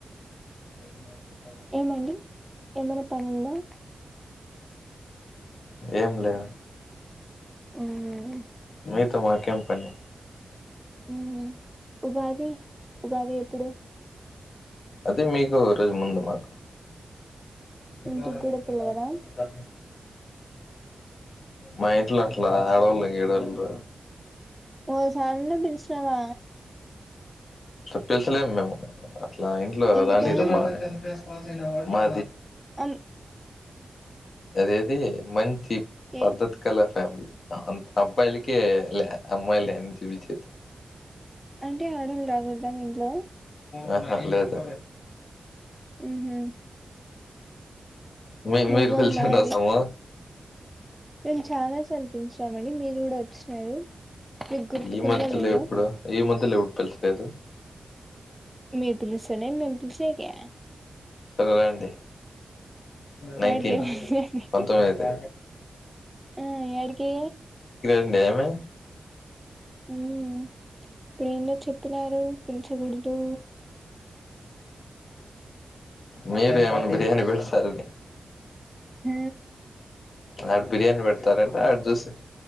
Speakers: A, on the left (about 65°); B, in the centre.
A: <unintelligible>
B: ఏమండి ఏమైనా పనుందా
A: ఏం లేదు
B: మ్మ్
A: మీతొ మాకెంపని
B: ఉహ్మ్ ఉగాది ఉగాది ఎప్పుడు
A: అది మీకు రోజు ముందుమాకు ఇట్లగాదు
B: ఇంటికి కూడా
A: ఇట్లగాదు
B: పిలవరా
A: సత్తండు మా ఇంట్లో అట్ల ఆడోళ్లుగీడుండ్రు
B: ఒకసార్న పిలిచినవా
A: పిలచలేం మేము అట్లా ఇంట్లో
B: ఎందుకు
A: రానీరు <unintelligible> మా
B: అన్
A: అదేది, మంచి పద్ధతి
B: ఏ
A: కల ఫ్యామిలి అ అంత అబ్బాయిలకే లే అమ్మాయి లేని జీవించెట్టు
B: అంటే ఆడోళ్లు రాకూడదా మీ ఇంట్లో
A: ఆహా లేదు
B: మ్మ్ హ్మ్
A: మీ
B: మగోళ్ళదా
A: మీరు పిల్చండి
B: అది
A: వస్తామ
B: మేము చాలాసార్లు పిలిచామండి మీరు కూడా వచ్చినారు మీకు గుర్తుకుందో
A: ఈ మధ్యలో
B: లేదో
A: ఎప్పుడు ఈ మధ్యలో ఎప్పుడు పిలిసినరు
B: మీరు పిలుస్తేనే మేం పిలిచేది
A: సరే రండి నైన్టీన్
B: వాడికి ఎం అయింది
A: పంతొమ్మిది
B: ఆ యాడికి
A: డెమే
B: ఉ ఇప్పుడు ఏందో చెప్పినారు పిలిచకూడదు
A: మీరేమన్న బిర్యానీ పెడితే చాల్లే
B: హ
A: ఆడు బిర్యానీ పెడతాడంట ఆ చూస్తుండు